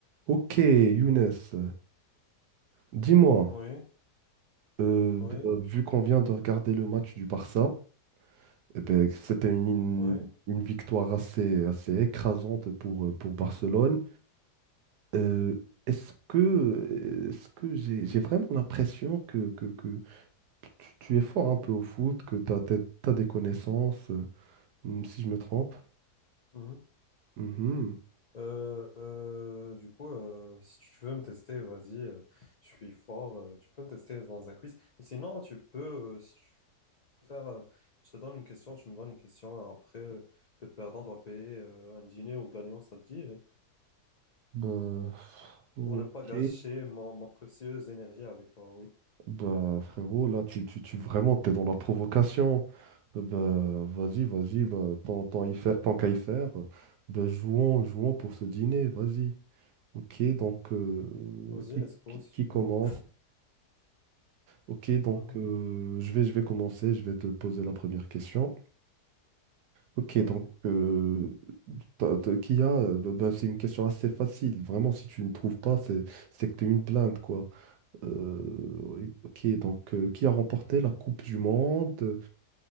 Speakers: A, on the right (about 80°); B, on the left (about 70°).
A: Ok, Younes, dis-moi,
B: Oui,
A: euh,
B: oui,
A: bah, vu qu'on vient de regarder le match du Barça, eh ben, c'était une, une-
B: oui.
A: une victoire assez, assez écrasante pour, euh, pour Barcelone. Euh, est-ce que, est-ce que j'ai, j'ai vraiment l'impression que, que, que tu, tu es fort un peu au foot, que tu as, des connaissances, euh, hmm, si je me trompe?
B: mhm.
A: Mhm.
B: Euh, euh, du coup, euh, si tu veux me tester, vas-y, euh, je suis fort. euh, tu peux me tester dans un quiz. Et sinon, tu peux, euh, si tu veux faire, euh, je te donne une question, tu me donnes une question. hein. Après, euh, le perdant doit payer euh, un dîner au gagnant, ça te dit, euh,
A: Bah, ok.
B: pour ne pas gâcher mon- ma précieuse énergie avec toi. Oui.
A: Bah, frérot, là, tu, tu, tu vraiment, t'es dans la provocation. Euh, Bah, vas-y, vas-y, bah, tant, tant y faire- tant qu'à y faire, euh, bah, jouons, jouons pour ce dîner, vas-y. Ok, donc, euh,
B: Vas-y,
A: qui,
B: let's go
A: qui-
B: si tu
A: qui commence?
B: veux.
A: Ok, donc,
B: Mhm.
A: euh, je vais, je vais commencer, je vais te poser la première question. Ok,
B: Vas-y.
A: donc, euh, t'as- t'as- qui a, euh, bah, bah, c'est une question assez facile. Vraiment, si tu ne trouves pas, c'est, c'est que t'es une blinde, quoi. Euh, oui, ok, donc, euh, qui a remporté la Coupe du Monde?